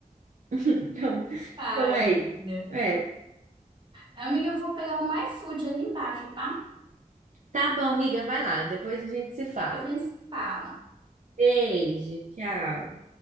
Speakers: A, on the right (about 55°); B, on the right (about 30°).
A: <laughs> Então,
B: Ai,
A: então é
B: amiga.
A: isso. É.
B: Amiga, eu vou pegar um iFood ali embaixo, tá?
A: Tá bom, amiga, vai lá, depois a gente se fala.
B: Depois a gente se fala.
A: Beijo, tchau.